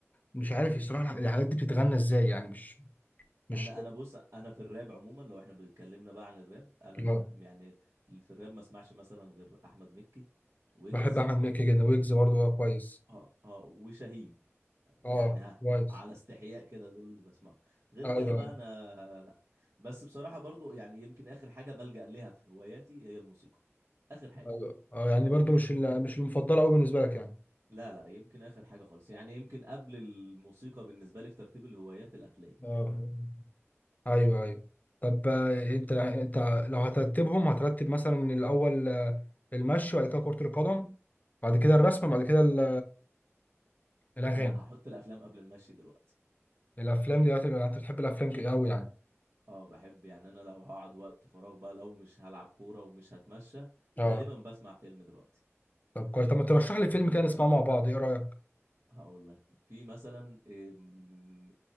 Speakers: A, on the left; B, on the right.
A: مش عارف يصراحه الح- الحاجات دي بتتغنى ازاي يعني مش مش
B: انا انا بص انا في الراب عموما لو احنا بنتكلمنا بقى عن الراب انا ب-
A: اه.
B: يعني في الراب ما اسمعش مثلا غير احمد مكي ويجز
A: بحب احمد مكي جدا ويجز برضه اه كويس
B: اه اه وشاهين يعني
A: اه
B: ها
A: كويس
B: على استحياء كده دول اللي بسمعه غير
A: ايوه
B: كده بقى انا لا بس بصراحة برضو يعني يمكن اخر حاجة بلجأ ليها في هواياتي هي الموسيقى اخر حاجة
A: ايوه اه يعني برضه مش ال- مش المفضله قوي بالنسبه لك يعني
B: لا لا يمكن اخر حاجة خالص يعني يمكن قبل الموسيقى بالنسبة لي في ترتيب الهوايات الافلام
A: اه ايوه ايوه طب آه، انت انت لو هترتبهم هترتب مثلا الاول آه، المشي بعد كده كرة القدم بعد كده الرسم بعد كده ال- الاغاني
B: لا هحط الافلام قبل المشي دلوقتي
A: الافلام دي يعني انت بتحب الافلام ك- قوي يعني
B: اه بحب يعني انا لو هقعد وقت فراغ بقى لو مش هلعب كورة ومش هتمشى
A: اه
B: غالبا بسمع فيلم دلوقتي
A: طب كويس طب ما ترشح لي فيلم كده نسمعه مع بعض ايه رايك
B: هقول لك في مثلا إيه، م-